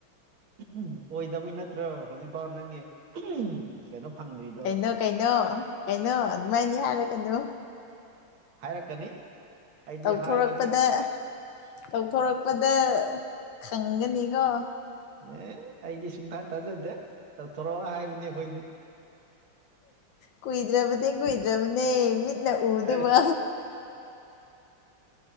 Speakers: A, on the right; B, on the left.
A: ꯎꯝ ꯑꯣꯏꯗꯕꯩ ꯅꯠꯇ꯭ꯔꯣ ꯍꯧꯖꯤꯛꯐꯥꯎ ꯅꯪꯒꯤ ꯀꯩꯅꯣ ꯐꯪꯗ꯭ꯔꯤꯗꯥ
B: ꯀꯩꯅꯣ ꯀꯩꯅꯣ ꯀꯩꯅꯣ ꯑꯗꯨꯃꯥꯏꯅꯤ ꯍꯥꯏꯔꯛꯀꯅꯨ
A: ꯍꯥꯏꯔꯛꯀꯅꯤ ꯑꯩꯗꯤ
B: ꯇꯧꯊꯣꯔꯛꯄꯗ
A: ꯍꯥꯏꯒꯅꯤ
B: ꯇꯧꯊꯣꯔꯛꯄꯗ ꯗ ꯈꯪꯒꯅꯤꯀꯣ
A: ꯑꯦ ꯑꯩꯗꯤ ꯁꯨꯡꯊꯥ ꯇꯥꯖꯗꯦ ꯇꯧꯊꯣꯔꯛꯑꯣ ꯍꯥꯏꯕꯅꯤ ꯑꯩꯈꯣꯏꯗꯤ
B: ꯀꯨꯏꯗ꯭ꯔꯕꯅꯦ ꯀꯨꯏꯗ꯭ꯔꯕꯅꯦ ꯃꯤꯠꯅ ꯎꯗꯧꯕ
A: ꯑꯁ